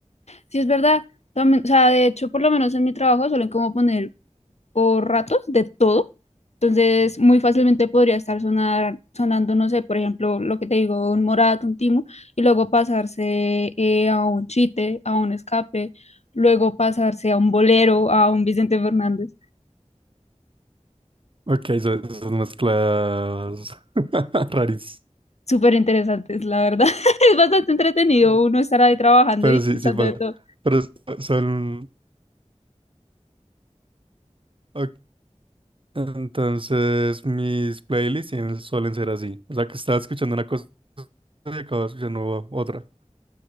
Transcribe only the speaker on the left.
Sí, es verdad. También, o sea, de hecho, por lo menos en mi trabajo suelen como poner por ratos de todo. Entonces, muy fácilmente podría estar sonar, sonando, no sé, por ejemplo, lo que te digo, un Morat, un Timo, y luego pasarse eh, a un Chite, a un Escape, luego pasarse a un Bolero, a un Vicente Fernández.
Súper interesantes, la verdad. <laughs> Es bastante entretenido uno estar ahí trabajando
y escuchando
de todo.